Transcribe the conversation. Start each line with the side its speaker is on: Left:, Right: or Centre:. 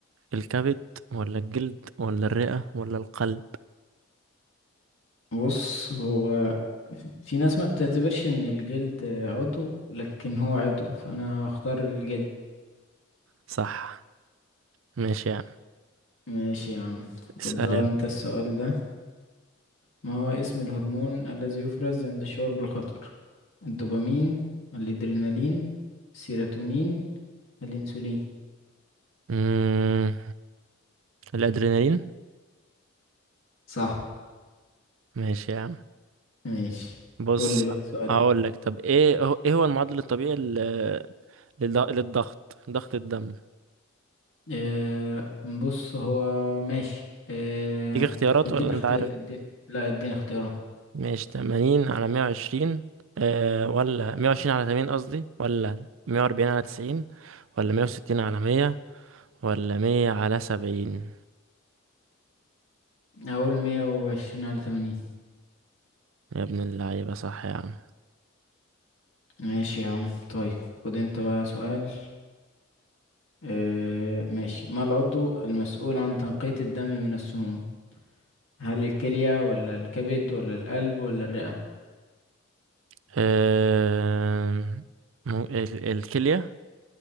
Right: الكبد ولا الجلد ولا الرئه ولا القلب
Left: بص هو في في ناس ما بتعتبرش ان الجلد عضو لكن هو عضو فانا هختار الجلد
Right: صح ماشي يا عم
Left: ماشي يا عم
Right: اسأل
Left: خد بقى
Right: يلا
Left: انت السؤال ده ما هو اسم الهرمون الذي يفرز عند الشعور بالخطر الدوبامين الادرينالين السيروتونين الانسولين
Right: مم... الادرينالين
Left: صح
Right: ماشي يا عم
Left: ماشي
Right: بص
Left: قول لي بقى سؤال
Right: هقول لك طب ايه هو- ايه هو المعدل الطبيعي لل- للض- للضغط ضغط الدم
Left: آه، بص هو ماشي آه،
Right: تيجي اختيارات
Left: طب اديني
Right: ولا
Left: اختيار
Right: انت عارف
Left: اديني لا اديني اختيار
Right: ماشي 80 على 120 آه ولا 120 على 80 قصدي ولا 140 على 90 ولا 160 على 100 ولا 100 على 70
Left: اقول مية وعشرين على تمانين
Right: يا ابن اللعيبة صح يا عم
Left: ماشي يا عم طيب خد انت بقى سؤال آه، ماشي ما العضو المسؤول عن تنقية الدم من السموم هل الكلية ولا الكبد ولا القلب ولا الرئة
Right: آه مو- ال- الكلية